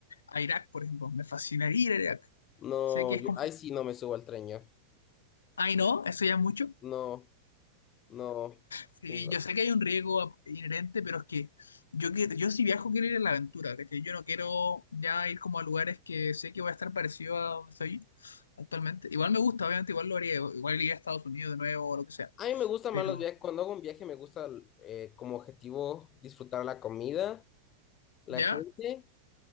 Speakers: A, on the left; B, on the left.
A: a Irak, por ejemplo. Me fascinaría ir a Irak.
B: No,
A: Sé que es
B: yo,
A: complicado.
B: ahí sí no me subo al tren yo.
A: Ay, no, eso ya es mucho.
B: No, no,
A: Sí,
B: ni lo
A: yo sé que hay un riesgo ap- inherente, pero es que yo, que- yo si viajo quiero ir a la aventura, ¿cachai? Yo no quiero ya ir como a lugares que sé que voy a estar parecido a donde estoy actualmente. Igual me gusta, obviamente, igual lo haría, igual iría a Estados Unidos de nuevo o lo que sea,
B: A mí me gusta más
A: pero
B: los viajes. Cuando hago un viaje me gusta eh, como objetivo disfrutar la comida, la
A: ya.
B: gente